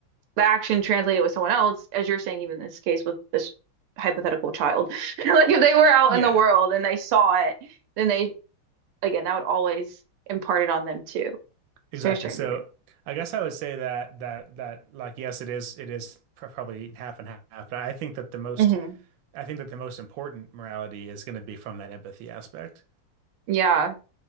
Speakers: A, on the right; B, on the right.
A: the action translated with someone else, as you're saying, even in this case with this hypothetical child. <laughs> Like if they were out
B: Yeah.
A: in the world and they saw it then they again, that would always impart it on them too.
B: Exactly.
A: So you're starting
B: So
A: to
B: I guess I would say that that that like yes, it is it is pr- probably half and half. But I think that the most
A: hmm
B: I think that the most important morality is going to be from that empathy aspect.
A: Yeah.